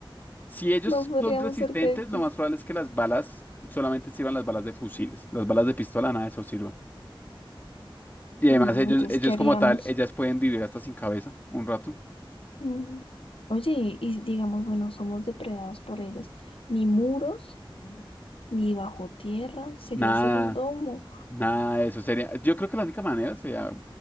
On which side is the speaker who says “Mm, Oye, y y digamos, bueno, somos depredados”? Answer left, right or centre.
Left